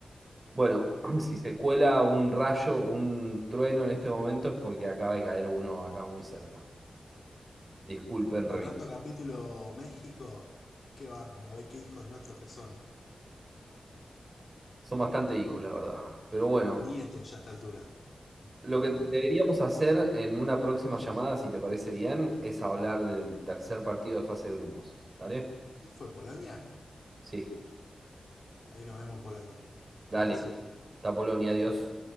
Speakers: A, on the right (about 35°); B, on the left (about 60°).
A: Bueno, <clears throat> si se cuela un rayo, un trueno en este momento es porque acaba de caer uno acá muy cerca. Disculpen, revisé.
B: Cerrando capítulo México. Qué bárbaro, ¿eh? Qué hijos nuestros que son.
A: Son bastante hijos, la verdad. Pero bueno,
B: Nietos ya a esta altura.
A: Lo que deberíamos hacer en una próxima llamada, si te parece bien, es hablar del tercer partido de fase de grupos. ¿Dale?
B: ¿Qué fue, Polonia?
A: Sí,
B: Ahí nos vemos en Polonia.
A: dale.
B: Abrazo.
A: Hasta Polonia, adiós.